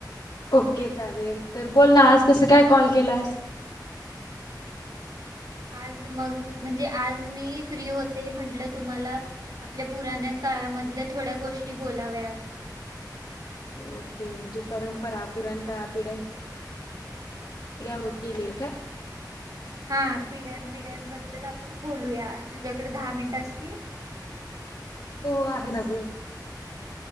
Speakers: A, on the left (about 65°); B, on the right (about 60°).
A: ओके चालेल तर बोल, आज कसं काय कॉल केलास?
B: आज मग म्हणजे आज मी फ्री होते म्हंटलं तुम्हाला आपल्या पुराण्या काळामधल्या थोड्या गोष्टी बोलाव्यात.
A: ओके म्हणजे परंपरा पुराणकाळ पिढ्यां पिढ्या होत गेले काय?
B: हा पिढ्या पिढ्यांबद्दल आपण बोलूया तुझ्याकडे दहा मिनिट असतील,
A: हो, आहे ना बोल.